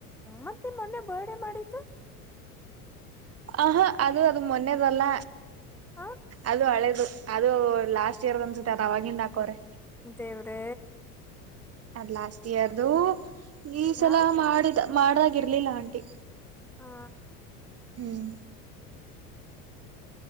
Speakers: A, in the centre; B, on the right.
A: ಮತ್ತೆ ಮೊನ್ನೆ ಬರ್ಡೆ ಮಾಡಿದ್ದ
B: ಆಹಾ ಅದು ಅದು ಮೊನ್ನೆದಲ್ಲ
A: ಹ
B: ಅದು ಹಳೇದು ಅದು ಲಾಸ್ಟ್ ಇಯರ್ ಅನ್ಸುತ್ತೆ ಅದ ಅವಾಗಿಂದ ಹಾಕೋರೆ
A: ದೇವ್ರೇ
B: ಅದ್ ಲಾಸ್ಟ್ ಇಯರ್ದು ಈ ಸಲ
A: ಹ
B: ಮಾಡಿದ ಮಾಡ್ದಾಗಿ ಇರ್ಲಿಲ್ಲ ಆಂಟಿ
A: ಆ
B: ಹ್ಮ್